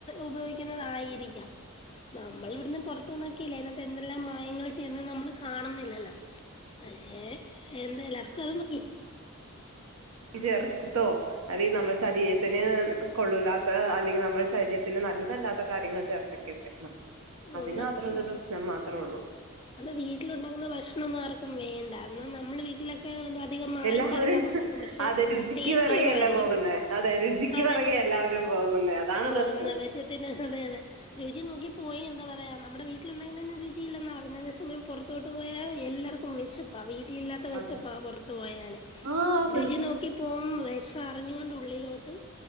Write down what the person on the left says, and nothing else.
ഉപയോഗിക്കുന്നതായിരിക്കാം നമ്മൾ ഇവിടുന്ന് പൊറത്തുനിന്നോക്കില്ലേ അതിനകത്തെ എന്തെല്ലാം മായങ്ങള്ൾ ചെയ്യ്ന്ന് നമ്മള് കാണുന്നില്ലല്ലോ പക്ഷേ എന്താല്ലക്ക മഈ
ആണ്
ഉം.
അത് വീട്ടിലുണ്ടാക്കുന്ന ഭക്ഷണൊന്നാർക്കും വേണ്ട. ഇന്നാ നമ്മൾ വീട്ടിലൊക്കെ എന്തധികം മായം
ചേർക്കാതെ ഉണ്ടാക്കും. പക്ഷെ
ടേസ്റ്റ്
കുറവായിരിക്കും.
അതെ
പോന്നവേശത്തിന്
അതെ അതെ. രുചി നോക്കി പോയി എന്താ പറയാ നമ്മുടെ വീട്ടിൽ ലുണ്ടാക്കുന്നതിന് രുചിയില്ലന്ന പറണെ അതേ സമയം പൊറത്തോട്ട് പോയാ എല്ലാർക്കും വിശപ്പ വീട്ടിലില്ലാ ത്ത വെശപ്പ
പൊറ്ത്ത് പോയാല്.
രുചി നോക്കിപ്പോവും വെഷ അറിഞ്ഞൊണ്ട് ഉള്ളിലോ ട്ട്